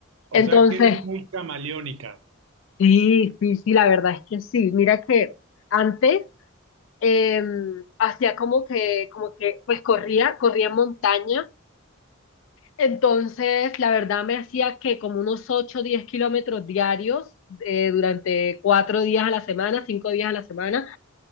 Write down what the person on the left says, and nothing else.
Entonces,
sí, sí, sí, la verdad es que sí. Mira que antes eh, hacía como que, como que, pues corría, corría en montaña. Entonces, la verdad me hacía que como unos 8 o 10 kilómetros diarios eh, durante 4 días a la semana, 5 días a la semana.